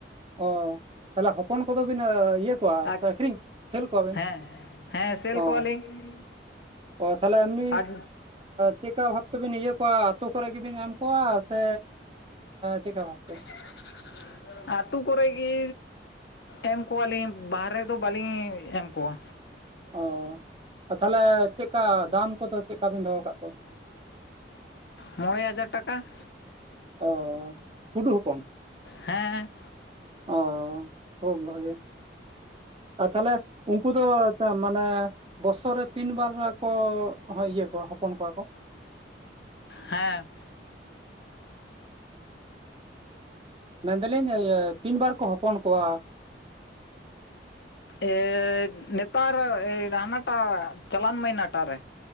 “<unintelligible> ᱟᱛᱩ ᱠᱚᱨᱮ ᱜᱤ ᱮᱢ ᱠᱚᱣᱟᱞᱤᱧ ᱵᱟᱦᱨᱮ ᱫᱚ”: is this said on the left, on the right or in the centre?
Left